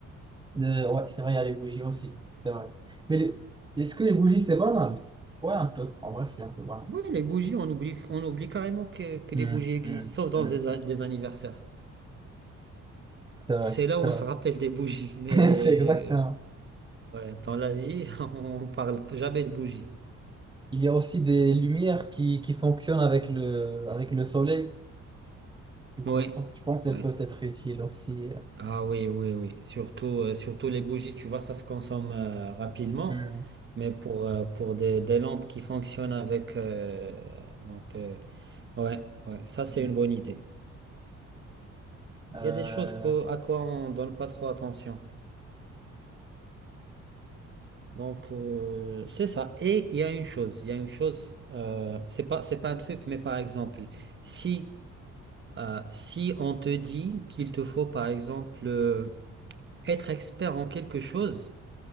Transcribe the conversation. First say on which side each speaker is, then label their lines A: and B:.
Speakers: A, on the right (about 15°); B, on the right (about 40°).
A: des- ouais, c'est vrai, il y a les bougies aussi, c'est vrai. Mais les- est-ce que les bougies c'est banal? Ouais, un peu. En vrai, c'est un peu banal.
B: Oui, les bougies, on oublie, on oublie carrément que, que
A: Hmm,
B: les bougies existent,
A: hmm,
B: sauf dans
A: hmm.
B: des, a- des anniversaires.
A: C'est vrai,
B: C'est là
A: c'est
B: où on
A: vrai.
B: se rappelle des bougies, mais
A: <laughs> C'est exactement.
B: euh, ouais, dans la vie, <laughs> on parle jamais de bougies.
A: Il y a aussi des lumières qui, qui fonctionnent avec le, avec le soleil. Du coup,
B: Oui,
A: je pense, je pense qu'elles
B: oui.
A: peuvent être utiles aussi.
B: Ah oui, oui, oui. Surtout, euh, surtout les bougies, tu vois, ça se consomme euh, rapidement.
A: Hmm,
B: Mais pour, euh, pour des, des lampes qui fonctionnent avec... euh, donc, euh, ouais, ouais, ça c'est
A: hmm.
B: une bonne idée.
A: Euh,
B: Il y a des choses qu'au- à quoi on donne pas trop attention. Donc, euh, c'est ça. Et il y a une chose, il y a une chose, euh, c'est pas, c'est pas un truc, mais par exemple, si, euh, si on te dit qu'il te faut, par exemple, euh, être expert en quelque chose,